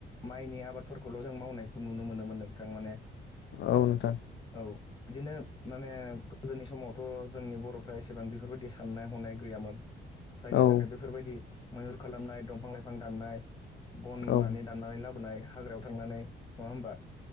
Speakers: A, on the left; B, on the left.
A: माइनि आबादफोरखौल' जों मावनायखौ नुनो मोनोमोन नोंथां माने
B: औ नोंथां
A: औ बिदिनो माने गोदोनि समावथ' जोंनि बर'फ्रा एसेबां बेफोरबायदि साननाय हनाय गैयामोन जायनि
B: औ
A: थाखाय बेफोरबायदि मैहुर खालामनाय दंफां लाइफां दाननाय बन
B: औ
A: माने दाननानै लाबोनाय हाग्रायाव थांनानै नंआ होनबा